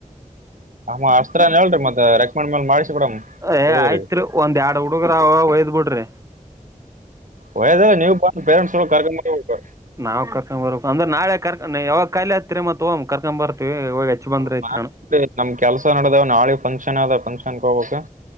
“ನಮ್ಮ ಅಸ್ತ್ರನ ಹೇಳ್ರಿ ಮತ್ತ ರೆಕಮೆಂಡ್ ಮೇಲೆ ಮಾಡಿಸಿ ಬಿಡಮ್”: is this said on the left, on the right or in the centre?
Right